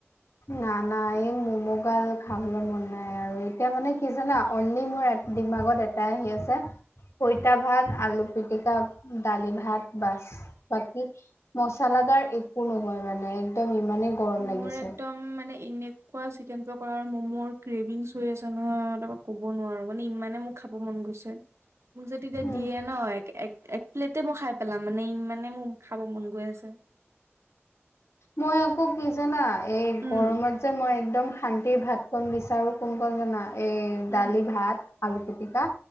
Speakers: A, on the left; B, on the right.
A: নাই নাই এই মম' গাল খাবলৈ মন নাই আৰু এতিয়া মানে কি জানা অনলি মোৰ দিমাগত এটাই আহি আছে পইতা
B: উম
A: ভাত আলু পিটিকা দালি ভাত বচ বাকি মচলাদাৰ একো নহয় মানে একদম ইমানেই গৰম
B: মোৰ
A: লাগিছে
B: একদম মানে এনেকুৱা চিকেন প কৰা ম'ম'ৰ ক্ৰেভিংছ হৈ আছে নহয় তাৰ ক'ব নোৱাৰো মানে ইমানে মোৰ খাব মন গৈছে। মোক যদি এতিয়া
A: উম
B: দিয়ে ন এক এক এক প্লেটে মই খাই পেলাম মানে ই মানে মোৰ খাব মন গৈ আছে
A: মই আকৌ কি জানা এই
B: উম
A: গৰমত যে মই একদম শান্তিৰ ভাত কন বিচাৰো কোন কণ জানা এই
B: উম
A: দালি ভাত আলু পিটিকা